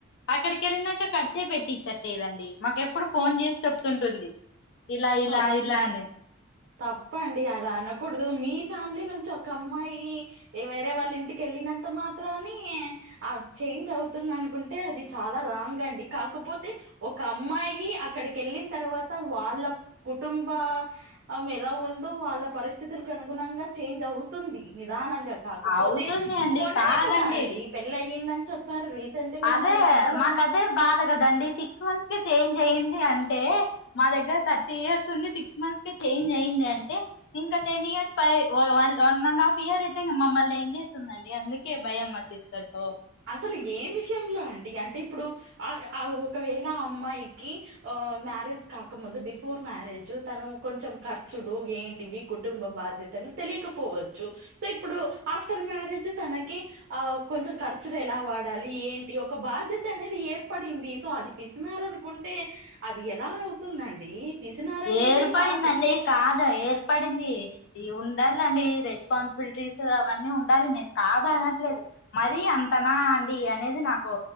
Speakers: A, on the left (about 60°); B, on the right (about 55°).
A: అక్కడికి యెళ్ళినాక ఖర్చే పెట్టిచ్చట్లేదండి. మాకెప్పుడు ఫోన్ జేసి చెప్తుంటుంది. ఇలా ఇలా
B: తప్పు
A: ఇలా అని
B: తప్పండి అలా అనకూడుదు. మీ ఫ్యామిలీ నుంచి ఒక అమ్మాయి ఏ వేరే వాళ్ళ ఇంటికి యెళ్ళినంత మాత్రని ఆ చేంజ్ అవుతుందనుకుంట్ అంటే అది చాలా రాంగ్ అండి కాకపోతే ఒక అమ్మాయి అక్కడికి యెళ్ళిన తర్వాత వాళ్ళ కుటుంబ మ్ ఎలా ఉందో వాళ్ళ పరిస్థితులకు అనుగుణంగా చేంజ్ అవుతుంది. నిదానంగా కాకపోతే
A: అవుతుంది అండి
B: మొన్ననే
A: కాదండి
B: కదా అండి పెళ్ళి అయ్యిందని చెప్పారు. రీసెంట్ గా
A: అదే
B: మరి అంత లోపల
A: మాకు అదే బాధ గదండి సిక్స్ మంత్స్ కి చేంజ్ అయ్యింది. అం టే మా దగ్గర థర్టీ ఇయర్స్ వుండి సిక్స్ మంత్స్ కే చేంజ్ అయిం దంటే ఇంక టెన్ ఇయర్స్ పై వన్ ఎండ్ ఆఫ్ ఇయర్ అయితే మమ్మల్ని ఎంజే వస్తుందండి అందుకే భయం మాసిస్టర్ తో
B: అసలు ఏం విషయంలో అండి అంటే ఇప్పుడు ఆ ఆ ఒకవేళ ఆ అమ్మాయి నికి ఆ మ్యారేజ్ కాక ముందు బిఫోర్ మ్యారేజ్ తను కొంచెం ఖర్చులు ఏంటివి కుటుంబ బాధ్యతలు తెలియకపోవచ్చు సో ఇప్పుడు ఆఫ్టర్ మ్యారేజ్ తనకి ఆ కొంచెం కర్ చ్చులు ఎలా వాడాలి ఏంటి ఒక బాధ్యత అనేది ఏర్పడింది. సో అది పిసినారి అనుకుంటే, అది ఎలా అవుతుందండి. పిసినారనేది
A: ఏర్పడిందండి
B: కాదు.
A: కాదు ఏర్పడింది ఇగ ఉండాలి అండి రెస్పాన్సిబిలిటీస్ అవన్నీ ఉండాలి నేను కాదు అనట్లేదు. మరీ అంతనా అండి అనేది నాకు